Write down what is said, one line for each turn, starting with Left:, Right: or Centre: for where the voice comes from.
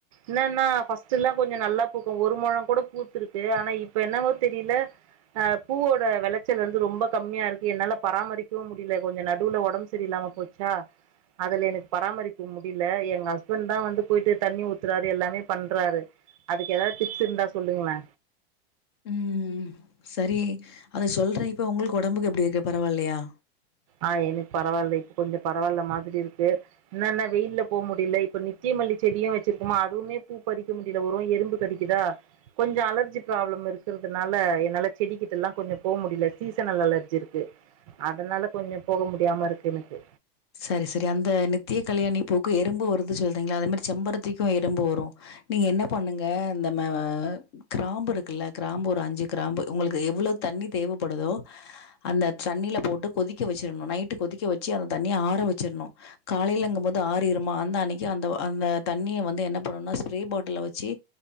Right: என்னனா ஃபர்ஸ்ட் எல்லா கொஞ்சோ நல்லா பூக்கு ஒரு மொழொங் கூட பூத்து இருக்கு ஆனா இப்ப என்னவோ தெரில அ பூவோட வெளச்சல் வந்து ரொம்ப கம்மியா இருக்கு என்னால பராமரி க்க முடில கொஞ்சோ நடுவுல ஒடம்பு சரியில்லாம போச்சா அதுல எனக்கு பராமரிப்பு முடில எ ஹஸ்பண்ட்தா வந்து போயிட்டு தண்ணி ஊத்துறாரு எல்லாமே பண்றாரு அதுக்கு எதாவது டிப்ஸ் இருந்தா சொல்லுங்களே
Left: ம் சரி அத சொல்றே இப்ப உங்களுக்கு ஒடம்புக்கு எப்டி இருக்கு பரவாயில்லயா
Right: ஆ எனக்கு பரவாயில்ல இப்ப கொஞ்சோ பரவாயில்ல மாதிரி இருக்கு என்னனா வெய்ல்ல போ முடில இப்ப நித்திய மல்லி செடியு வெச்சிருக்கோமா அதுவுமே பூ பறிக்க முடில வெறு எறும்பு கடிக்குதா கொஞ்சோ அலர்ஜி ப்ராப்ளம் இருக்கறதுனால என்னால செடிகிட்டல்லா கொஞ்சோ போ முடில சீசனல் அலர்ஜி இருக்கு அதனால கொஞ்சோ போக முடியாம இருக்கு எனக்கு
Left: சரி சரி அந்த நித்திய கல்யாணி பூக்கு எறும்பு வருது சொல்றீங்கள்ள அதே மாரி செம்பருத்திக்கு எறும்பு வரு நீங்க என்ன பண்ணுங்க இந்த ம கிராம்பு இருக்கல்ல கிராம்பு ஒரு அஞ்சு கிராம்பு உங்களுக்கு எவ்ளோ தண்ணி தேவபடுதோ அந்த தண்ணில போட்டு கொதிக்க வெச்சிரணு நைட்டு கொதிக்க வெச்சு தண்ணிய ஆற வெச்சிறணு காலைலங்கும்போது ஆறிருமா அந்த அன்னைக்கு அந்த அந்த தண்ணிய வந்து என்ன பண்ணணுனா ஸ்ப்ரே பாட்டில்ல வெச்சு